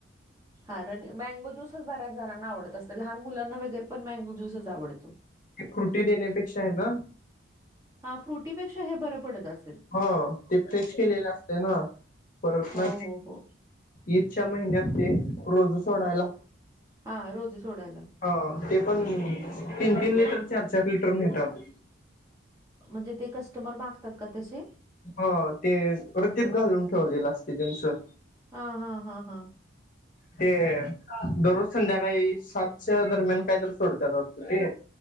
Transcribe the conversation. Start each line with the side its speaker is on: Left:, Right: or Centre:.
Right: हा मँगो ज्यूसच बऱच जणांना आवडत असतं लहान मुलांना वगैर पण मँगो. ज्यूसच आवडतो
Left: ते फ्रुटी देण्यापेक्षा आहे ना
Right: हा फ्रुटी. पेक्षा हे बरं पडत अस.
Left: हा ते फ्रेश केलेले असते ना परतना
Right: हो, हो, हो.
Left: ईदच्या महिन्यात ते रोज सोडायला
Right: हां रोजे सोडायला
Left: ह ते पण तीन तीन लिटर चार चार लिटर नेतात
Right: म्हणजे ते कस्टमर मागतात का तसे
Left: हो ते प्रतीप घालून ठेवलेलं असते त्यांचं
Right: हा हा हा हा
Left: ते अ अ दररोज संध्याकाळी सातच्या दरम्यान कायतरी सोडत्यात वाटत ते